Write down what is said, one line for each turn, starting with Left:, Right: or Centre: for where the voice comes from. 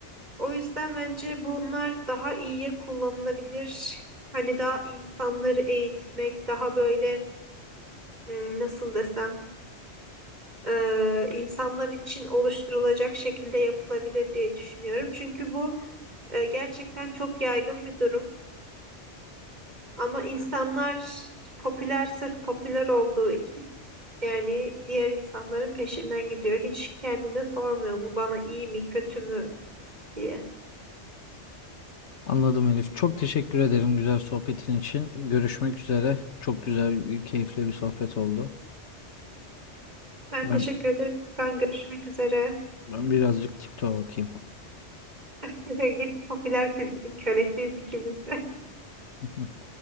Right: O yüzden bence bunlar daha iyiye kullanılabilir. Hani daha insanları eğitmek, daha böyle hmm, nasıl desem e, insanlar için oluşturulacak şekilde yapılabilir diye düşünüyorum. Çünkü bu e, gerçekten çok yaygın bir durum. Ama insanlar popüler sırf popüler olduğu Yani diğer insanların peşinden gidiyor. Hiç kendine sormuyor bu bana iyi mi kötü mü diye.
Left: Anladım Elif. Çok teşekkür ederim güzel sohbetin için. Görüşmek üzere. Çok güzel, keyifli bir sohbet oldu.
Right: Ben
Left: Ben
Right: teşekkür ederim Furkan. Görüşmek üzere.
Left: ben birazcık TikTok'a bakayım.
Right: <laughs> Git popüler kültürün kölesiyiz ikimiz de.
Left: <laughs>